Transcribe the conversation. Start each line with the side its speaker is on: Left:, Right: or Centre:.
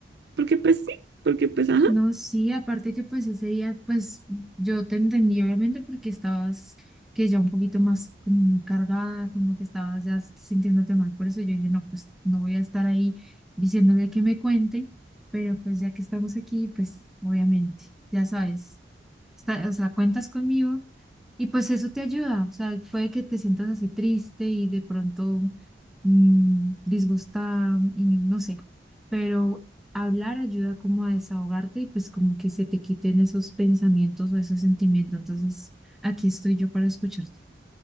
Right: porque, pues, sí. Porque, pues, ajá.
Centre: No, sí, aparte que pues ese día, pues yo te entendí obviamente porque estabas que ya un poquito más como muy cargada, como que estabas ya sintiéndote mal, por eso yo dije, no, pues no voy a estar ahí diciéndole que me cuente, pero pues ya que estamos aquí, pues obviamente, ya sabes, está, o sea, cuentas conmigo y pues eso te ayuda, o sea, puede que te sientas así triste y de pronto mm, disgustada y no sé, pero hablar ayuda como a desahogarte y pues como que se te quiten esos pensamientos o esos sentimientos. Entonces, aquí estoy yo para escucharte.